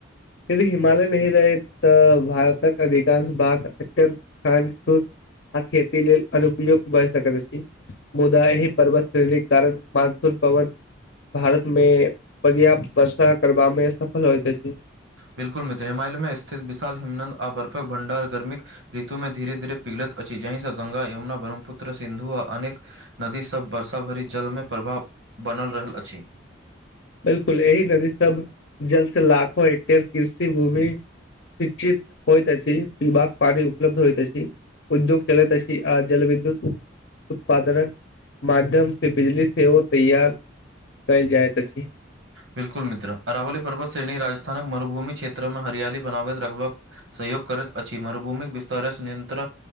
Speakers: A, on the left; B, on the right.
A: यदि हिमालय नहि रहे तऽ भारतक अधिकांश भाग अत्यंत शांत आ खेती लेल अनुपयुक्त भय सकैत अछि। मुदा एही पर्वत श्रेणीक कारण मानसून पवन भारत मे पर्याप्त वर्षा करबा मे सफल होइत अछि।
B: बिल्कु मित्र हिायालय मे स्थित विशाल हिमन्न्द आ बर्फक भंडार गर्मीक ऋतुमे धीरे धीरे पिघलत अछि जहिंसँ गंगा यमुना ब्रह्मपुत्र सिन्धु आ अनेक नदीसभ वर्षा भरि जलमे प्रभाव बनल रहल अछि।
A: बिलकुल यही नदी सब जल से लाखो ह्टेयर कृषि भूमि श्चित होइत अछि पीबाक पानी उपलब्ध होइत अछि। उद्योग चलैत छी आ जल विद्युत उत्पादनक माध्यम से बिजली सेहो तैयार कयल जाइत अछि।
B: बिल्कु मित्र अरावल पर्वत श्रेणी राजस्थानक मरुभूमि क्षेत्र मे हरियाली बनावैत रखबक सहयग करैत अछि मरुभूमिक विस्तारस नियत्र